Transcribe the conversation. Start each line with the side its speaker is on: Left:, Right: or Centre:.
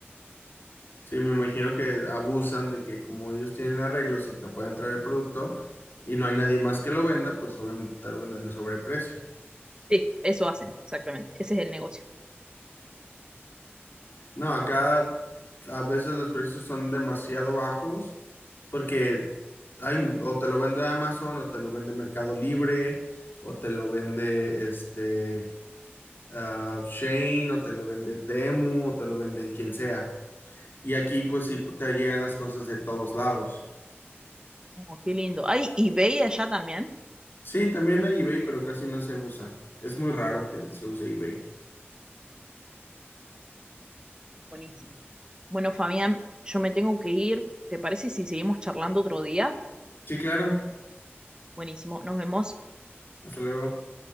Left: Sí, me imagino que abusan de que como ellos tienen arreglos y te pueden traer el producto y no hay nadie más que lo venda, pues obviamente te lo venden a sobreprecio.
Right: Sí, eso hacen, exactamente. Ese es el negocio.
Left: No, acá a veces los precios son demasiado bajos porque hay, o te lo vende Amazon o te lo vende Mercado Libre o te lo vende este ah, Shein o te lo vende Temu o te lo vende quien sea. Y aquí pues sí te llegan las cosas de todos lados.
Right: Oh, qué lindo. Hay eBay allá también.
Left: Sí, también hay eBay, pero casi no se usa. Es muy raro que se use eBay.
Right: Buenísimo. Bueno, Fabián, yo me tengo que ir. ¿Te parece si seguimos charlando otro día?
Left: Sí, claro.
Right: Buenísimo. Nos vemos.
Left: Hasta luego.